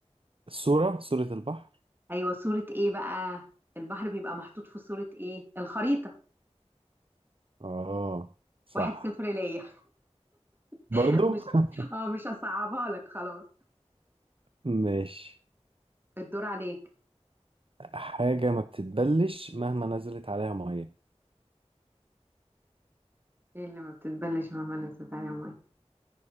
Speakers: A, on the right (about 55°); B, on the right (about 20°).
A: الصوره صوره البحر
B: ايوه صورة ايه بقى البحر بيبقى محطوط في صورة ايه الخريطة
A: اه صح
B: واحد صفر ليا
A: برضو
B: <laughs> مش
A: <laughs>
B: اه مش هصعبها لك خلاص
A: ماشي
B: الدور عليك
A: حاجة ما بتتبلش مهما نزلت عليها مية
B: ايه اللي ما بتتبلش مهما نزلت عليها ميه